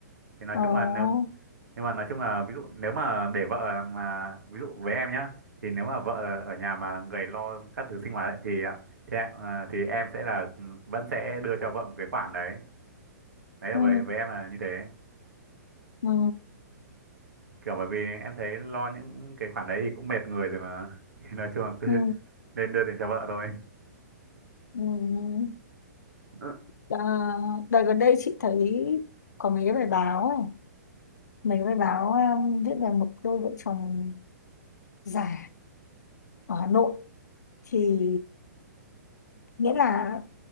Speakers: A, on the right (about 75°); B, on the left (about 70°).
A: thì nói
B: ồ
A: chung là nếu nhưng mà nói chung là ví dụ nếu mà để vợ mà ví dụ với em nhá thì nếu mà vợ ở nhà mà là người lo các thứ sinh hoạt ấy, thì ạ, thì, em- à, thì em sẽ là ừ, vẫn sẽ đưa cho vợ một cái khoản đấy đấy là
B: ừ
A: với với em là như thế
B: ừ
A: kiểu bởi vì em thấy lo những cái khoản đấy thì cũng mệt người rồi mà <laughs> thì nói chung là cứ
B: ừ
A: nên đưa tiền cho vợ thôi
B: ừ ừ.
A: <laughs>
B: Ờ, đợt gần đây chị thấy có mấy cái bài báo ấy. mấy cái bài báo um, viết về một đôi vợ chồng già ở Hà Nội thì nghĩa là